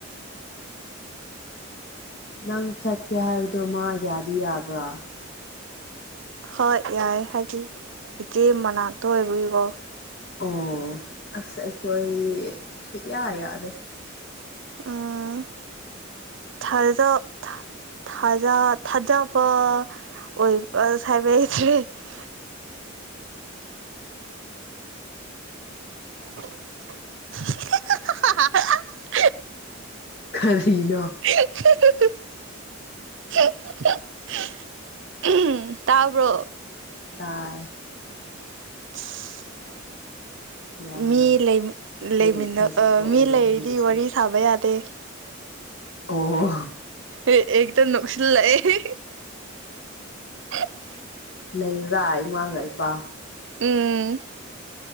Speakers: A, on the left; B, on the right.
A: ꯅꯪ ꯆꯠꯀꯦ ꯍꯥꯏꯕꯗꯣ ꯃꯥ ꯌꯥꯗꯤ ꯌꯥꯕ꯭ꯔꯥ
B: ꯍꯣꯏ ꯌꯥꯏꯦ ꯍꯥꯏꯗꯤ ꯏꯆꯦ ꯃꯅꯥꯛꯇ ꯑꯣꯏꯕꯒꯤꯀꯣ
A: ꯑꯣ ꯑꯁ ꯑꯩꯈꯣꯏ ꯁꯛꯨꯌꯥ ꯌꯥꯗꯔꯦ
B: ꯎꯝ ꯊꯥꯖꯤꯗꯣ ꯊꯥꯖ ꯊꯥꯖꯕ ꯑꯣꯏꯕ <unintelligible> <unintelligible>
A: ꯈꯔꯤꯅꯣ
B: <unintelligible> ꯑꯝ ꯇꯥꯕ꯭ꯔꯣ
A: ꯇꯥꯏ
B: <unintelligible>
A: ꯌꯥꯝꯅ
B: ꯃꯤ ꯂꯩꯃꯤ
A: ꯕꯦꯔꯤ
B: ꯂꯩꯃꯤꯟꯅ
A: ꯊꯥꯖꯕ
B: ꯑꯥ
A: ꯑꯣꯏꯔꯦ
B: ꯃꯤ ꯂꯩꯔꯗꯤ
A: ꯅꯪꯒꯤꯁꯦ
B: ꯋꯥꯔꯤ ꯁꯥꯕ ꯌꯥꯗꯦ
A: ꯑꯣ
B: ꯑꯦ ꯑꯦꯇ ꯅꯣꯛꯁꯤꯜ ꯂꯛꯑ <unintelligible>
A: ꯂꯩꯔꯥ ꯏꯃꯥꯒ ꯏꯄꯥ
B: ꯎꯝ